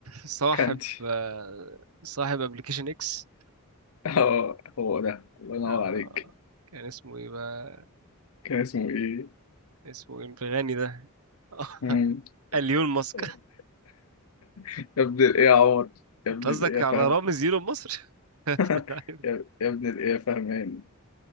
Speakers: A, on the right (about 85°); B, on the left (about 70°).
A: صاحب
B: كانتي
A: آه، صاحب أبلكيشن إكس
B: <laughs> اه هو ده الله ينور
A: آه.
B: عليك
A: كان اسمه إيه بقى
B: كان اسمه ايه
A: اسمه إيه الغني ده <laughs>
B: مم.
A: اليون ماسك
B: <laughs> يا ابن الايه يا عمر يا
A: أنت
B: ابن
A: قصدك
B: الايه يا
A: على
B: فهد
A: رامز إيلون مصر <laughs> ابن
B: يا
A: اللعيبة.
B: يا ابن الايه فاهمان